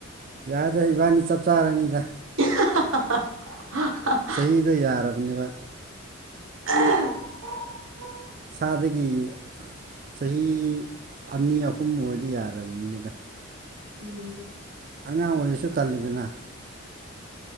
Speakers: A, on the right (about 40°); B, on the right (about 75°).
A: ꯌꯥꯗ꯭ꯔꯦ ꯏꯕꯥꯅꯤ ꯆꯞ ꯆꯥꯔꯅꯤꯗ
B: <unintelligible> <unintelligible>
A: ꯆꯍꯤꯗ ꯌꯥꯔꯕꯅꯦꯕ
B: <unintelligible>
A: ꯁꯥꯗꯒꯤ ꯆꯍꯤ ꯑꯅꯤ ꯑꯍꯨꯝ ꯑꯣꯏꯗꯤ ꯌꯥꯔꯕꯅꯤꯗ
B: ꯂꯨ
A: ꯑꯉꯥꯡ ꯑꯣꯏꯔꯁꯨ ꯇꯜꯂꯤꯗꯅ